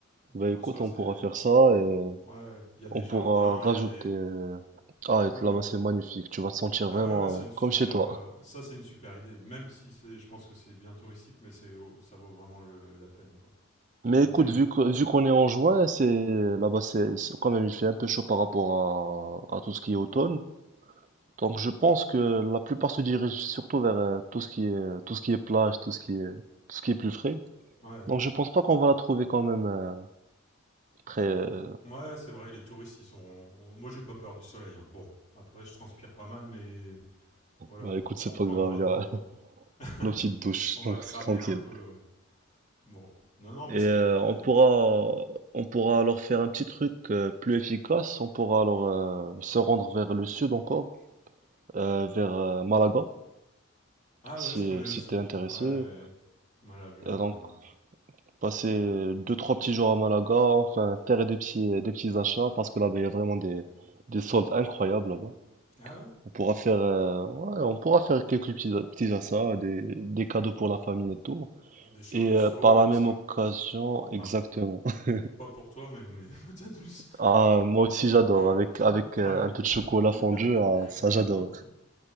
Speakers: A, on the right (about 35°); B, on the left (about 30°).
A: Bah
B: Ah bah
A: écoute
B: ça
A: on
B: c'est.
A: pourra faire ça et euh,
B: Ouais, ouais. Il y a des
A: on
B: jardins,
A: pourra rajouter.
B: il y a des.
A: euh, Ah
B: Ah ouais,
A: et là-bas
B: ouais.
A: c'est magnifique. Tu vas te sentir
B: Ah
A: vraiment
B: ouais, ouais, c'est
A: euh,
B: une super,
A: comme chez toi.
B: euh, ça c'est une super idée. Même si c'est, je pense que c'est bien touristique, mais c'est, oh, ça vaut vraiment le- la peine quoi.
A: Mais
B: C'était
A: écoute,
B: les,
A: vu que, vu qu'on est en juin, c'est là-bas, c'est c'est- quand même, il fait un peu chaud par rapport à, à tout ce qui est automne. Donc, je pense que la plupart se dirigent surtout vers euh, tout ce qui est tout ce qui est plage, tout ce qui est tout ce qui est plus frais.
B: ouais,
A: Donc, je pense pas qu'on va la trouver quand même euh, très. euh,
B: ouais, c'est vrai, les touristes ils sont, moi j'ai pas peur du soleil. hein. Bon, après je transpire pas mal, mais voilà,
A: bah, écoute,
B: on
A: c'est
B: prendra
A: pas grave, il
B: nos,
A: y a <laughs>
B: <laughs>
A: nos petites douches,
B: on va
A: donc
B: cramer
A: c'est tranquille.
B: un peu, ouais. Bon, non non, mais
A: Et
B: c'est,
A: euh,
B: euh,
A: on pourra on pourra alors faire un petit truc euh, plus efficace. On pourra alors euh, se rendre vers le sud encore, euh, vers euh, Malaga.
B: ah
A: Si,
B: ouais, je connais aussi,
A: si t'es intéressé,
B: ouais, Malaga, euh,
A: euh, donc passer
B: ouais,
A: deux, trois petits jours à Malaga, enfin faire des petits, des petits achats parce que là-bas il y a vraiment des, des soldes incroyables là-bas.
B: ah ouais,
A: On pourra faire, euh, ouais, on pourra faire quelques petits, petits achats, des, des cadeaux pour la famille et tout.
B: des chorizos
A: Et euh, par
B: et
A: la
B: tout
A: même
B: ça.
A: occasion, exactement.
B: Enfin,
A: <laughs>
B: Pas pour toi, mais, mais peut-être plus.
A: Ah, moi aussi j'adore,
B: <laughs>
A: avec, avec euh,
B: ah ouais.
A: un peu de chocolat fondu,
B: <laughs>
A: ah, ça
B: non.
A: j'adore.